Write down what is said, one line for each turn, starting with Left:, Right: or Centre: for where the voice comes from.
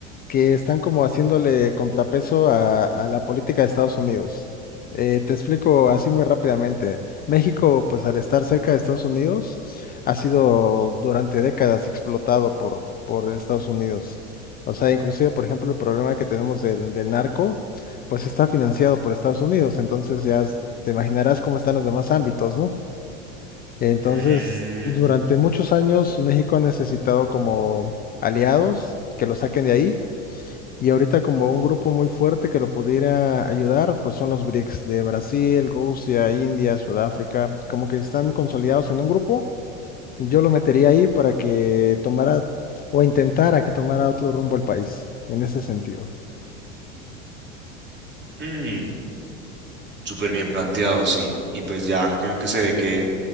Left: que están como haciéndole contrapeso a, a la política de Estados Unidos. Eh, te explico así muy rápidamente. México, pues al estar cerca de Estados Unidos, ha sido durante décadas explotado por, por Estados Unidos. O sea, inclusive, por ejemplo, el problema que tenemos del, del narco, pues está financiado por Estados Unidos. Entonces ya te imaginarás cómo están los demás ámbitos, ¿no? Entonces,
Right: Mm,
Left: durante muchos años México ha necesitado como aliados que lo saquen de ahí y ahorita como un grupo muy fuerte que lo pudiera ayudar, pues son los BRICS de Brasil, Rusia, India, Sudáfrica, como que están consolidados en un grupo. Yo lo metería ahí para que tomara o intentara que tomara otro rumbo el país en ese sentido.
Right: hmm, Súper bien planteado, sí. Y pues ya como que se ve que